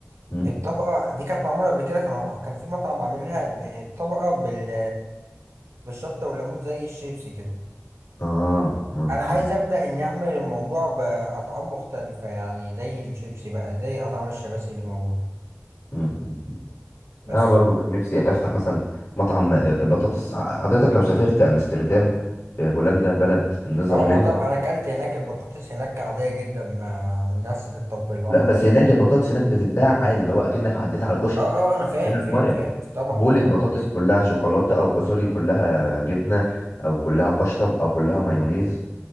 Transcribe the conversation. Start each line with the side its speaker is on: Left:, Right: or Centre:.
Left: مم.
Right: الطبقة دي كانت معمولة قبل كده كان كان في مطعم عاملها بالطبقة بال بالشطة والليمون زي الشيبسي كده
Left: اه مم،
Right: انا عايز
Left: آه،
Right: ابدا اني اعمل الموضوع باطعام مختلفه يعني زي الشيبسي بقى زي اطعام الشباسي اللي موجوده
Left: مم، مم، مم.
Right: بس
Left: انا برضو كان نفسي افتح مثلا مطعم آه، بطاطس ع- حضرتك لو سافرت امستردام في هولندا بلد النيذرلند
Right: اه اه طبعا انا اكلت هناك البطاطس هناك عاديه جدا ما الناس بتطبلوها
Left: لا بس
Right: يعني
Left: هناك البطاطس هناك بتتباع عادي اللي هو اكنك عديت على كشك
Right: اه اه انا فاهم
Left: ازازه
Right: فاهم
Left: ميه
Right: فاهم طبعا
Left: بولة
Right: طبعا
Left: بطاطس كلها شوكولاته او سوري كلها جبنه او كلها قشطب او كلها مايونيز